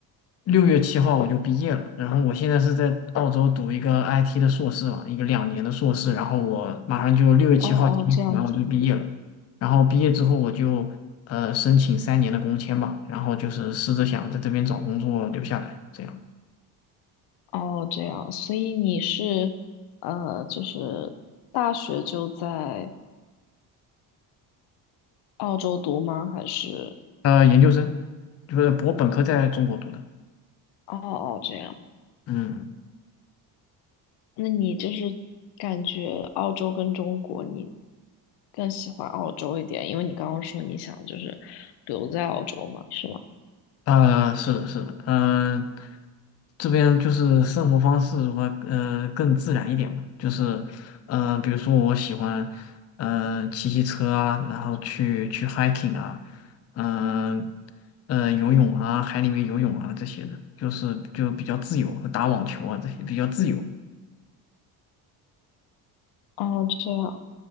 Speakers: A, on the left; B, on the left.
A: 六月七号我就毕业了，然后我现在是在澳洲读一个 IT 的硕士嘛，一个两年的硕士，然后我马上就六月七号提前完我就毕业了，
B: 哦哦，这样子。
A: 然后毕业之后我就呃申请三年的工签吧，然后就是试着想在这边找工作留下来，这样。
B: 哦，这样，所以你是呃，就是大学就在澳洲读吗？还是
A: 呃，研究生就是我本科在中国读的，
B: 哦哦这样？
A: 嗯。
B: 那你就是感觉澳洲跟中国，你更喜欢澳洲一点，因为你刚刚说你想就是留在澳洲嘛，是吗？
A: 呃，是的，是的，嗯，这边就是生活方式的话，呃更自然一点嘛，就是呃，比如说我喜欢呃骑骑车啊，然后去去 hiking 啊，嗯呃呃游泳啊，海里面游泳啊这些的，就是就比较自由，打网球啊这些比较自由，
B: 哦，这样，